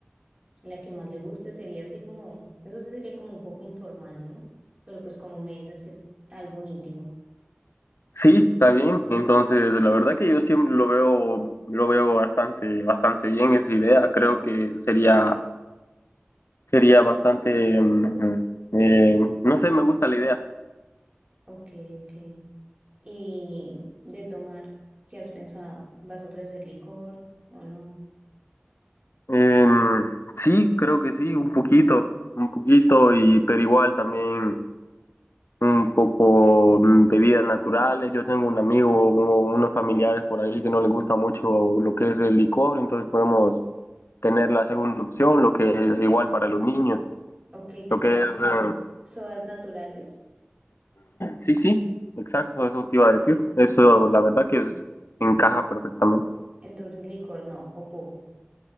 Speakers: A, on the right; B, on the left.
A: la que más le guste sería así como, eso sí sería como un poco informal, ¿no? Pero pues como me dices que es algo íntimo.
B: Sí, está bien. Entonces, la verdad que yo siempre lo veo, lo veo bastante, bastante bien esa idea. Creo que sería, sería bastante, mm, eh, eh, no sé, me gusta la idea.
A: Ok, ok. Y de tomar, ¿qué has pensado? ¿Vas a ofrecer licor o no?
B: Em, sí, creo que sí, un poquito, un poquito, y pero igual también un poco mm, bebidas naturales. Yo tengo un amigo, o unos familiares por ahí que no les gusta mucho lo que es el licor, entonces podemos tener la segunda opción, lo que es igual para los niños,
A: Ok, ¿te
B: lo
A: parecen
B: que es eh,
A: sodas naturales?
B: Sí, sí, exacto, eso te iba a decir. Eso, la verdad que es, encaja perfectamente.
A: Entonces licor no, o poco.